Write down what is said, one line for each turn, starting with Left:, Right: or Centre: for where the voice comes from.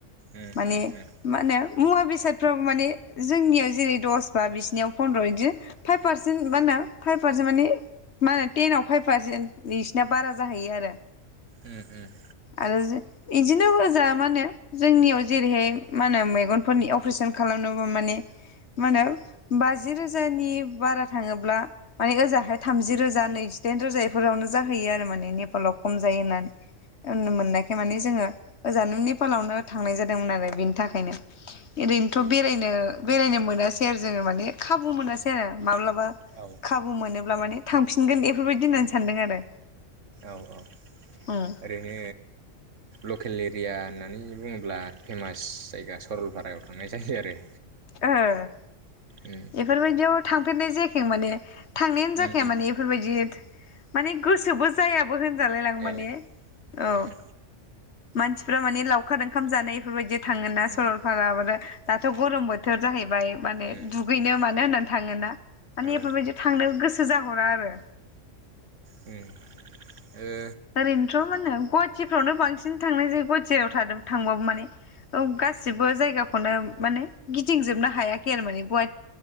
Right: उम
Left: माने
Right: उम उम।
Left: मा होनो मुवा बेसादफ्राबो माने जोंनियाव जेरै दस बा बिसिनियाव फन्द्र' बिदि फाइभ पारसेन्ट मा होनो फाइभ पारसेन्ट माने मा होनो टेनाव फाइभ पारसेन्ट बिसिना बारा जाहैयो आरो।
Right: उम
Left: आरो जे बिदिनो होजा माने जोंनियाव जेरैहाय मा होनो मेगनफोरनि अपारेशन खालामनोबा माने मा होनो बाजि रोजानि बारा थाङोब्ला माने ओजाहाय थामजि रोजा नैजिदाइन रोजा बेफोरावनो जाहैयो आरो माने नेपालाव खम जायो होननानै होननो मोननाय माने जोङो ओजानो नेपालावनो थांनाय जादोंमोन आरो बेनि थाखायनो। ओरैनोथ'
Right: उम
Left: बेरायनो बेरायनो मोनासै आरो जोङो माने खाबु मोनासै आरो माब्लाबा
Right: औ
Left: खाबु मोनोब्ला माने थांफिनगोन बेफोरबायदि होननानै सानदों आरो।
Right: औ औ
Left: उम
Right: ओरैनो लकेल एरिया होननानै बुङोब्ला फेमास जायगा सरलपारायाव थांनाय जायो आरो।
Left: ओ ।
Right: उम
Left: एफोरबायदिआव थांफेरनाय जायाखै माने। थांनायानो
Right: उम
Left: जाखाया
Right: उम
Left: माने एफोरबायदि माने गोसोबो जाया बो होनजालाय लां माने
Right: ए
Left: औ।
Right: उम
Left: मानसिफ्रा माने लावखार ओंखाम जानाय एफोरबायदि थाङोना
Right: उम
Left: सरलपारा आरो दाथ' गरम बो थ जाहै बाय माने
Right: उम
Left: दुगैनो मानो होननानै थाङोना। मानि
Right: औ
Left: एफोरबायदिआव थांनो गो सो जाहरा आरो।
Right: उम ओ
Left: ओरैनोथ' मा होनो गुवा हाटिफ्रावनो बांसिन थांनाय जायो गुवाहाटियाव थादों थांबाबो माने गासिबो जायगाखौनो माने गिदिंजोबनो हायाखै आरो माने गु